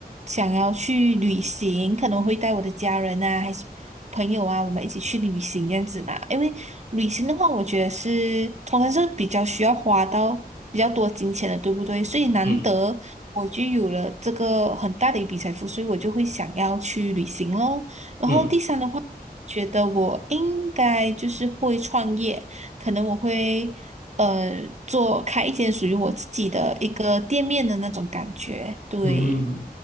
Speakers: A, on the right; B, on the left.
A: 想要去旅行，可能会带我的家人啊，还是朋友啊，我们一起去旅行这样子嘛。因为旅行的话，我觉得是通常是比较需要花到比较多金钱的，对不对？所以难得我就有了这个很大的一笔财富，
B: 嗯
A: 所以我就会想要去旅行咯。然后第三的话。
B: 嗯，
A: 觉得我应该就是会创业，可能我会呃做开一间属于我自己的一个店面的那种感觉。对，
B: 嗯，